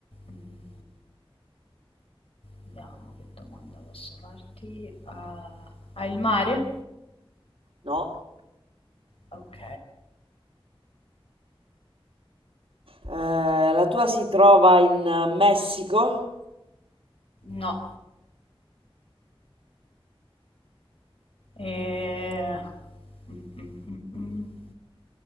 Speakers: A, on the left; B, on the right.
A: mm, vediamo che domanda posso farti. Ah, hai il mare?
B: No.
A: Ok,
B: Eh, la tua si trova in Messico?
A: no. Eh, mm, mm, mm, mm.